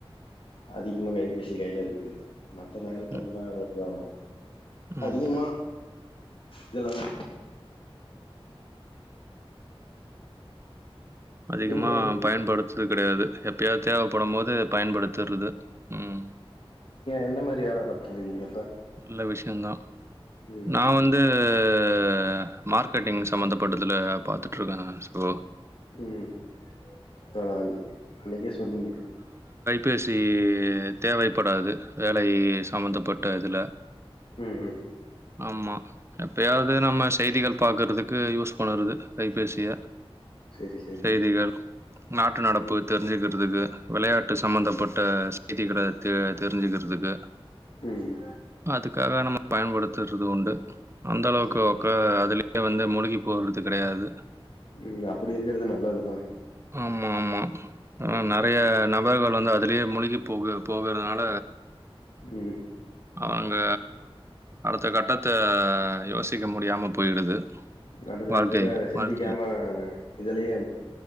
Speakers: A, on the left (about 60°); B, on the right (about 25°).
A: அதிகமா கைப்பேசி கைலருக்கு மத்த நேரத்துலலா
B: ம்
A: <unintelligible> அதிகமா
B: ம்
A: இதுலதா
B: அதிகமா
A: நீங்க
B: பயன்படுத்துது கெடையாது எப்பயாது தேவப்படும்போது பயன்படுத்துறுது ம்
A: என்ன மாரி வேல பாத்துட்ரிக்கீங்க
B: நல்ல விஷயந்தா
A: ம்
B: நா வந்து அ மார்க்கெட்டிங் சம்பந்தப்பட்டதுல பாத்துட்ருக்க சகோ
A: ம் பரவால்லிங்க அன்னைக்கே சொன்னீங்க
B: பேசி தேவைப்படாது வேலை சம்மந்தப்பட்ட இதுல
A: ம் ம்
B: ஆமா எப்பயாவ்து நம்ம செய்திகள் பாக்கறதுக்கு யூஸ் பண்ணரது கைபேசிய
A: செரி செரி
B: செய்திகள் நாட்டு நடப்பு
A: ம்
B: தெரிஞ்சுக்க றதுக்கு வெளையாட்டு சம்பந்தப்பட்ட செய்திகள தெ தெரிஞ்சுக்கிறதுக்கு
A: ம்
B: அதுக்காக நம்ம பயன்படுத்துறது உண்டு அந்தளவுக்கு
A: செரி
B: ஒக்க அதுலயே வந்து முழுகி போறது கெடையாது
A: ம் அப்டி இருக்கிறது நல்லதுதா
B: ஆமா ஆமா
A: ம்
B: நறைய நபர்கள் வந்து அதுலயே முழுகி போக போகறதுனால
A: ம் ம்
B: அவங்க அடுத்த கட்டத்த யோசிக்க முடியாம போயிடுது
A: கண்ட நேரத்துட்ட
B: வாழ்க்கைக்கு
A: சிந்திக்காம
B: வாழ்க்கையில்.
A: இதுலயே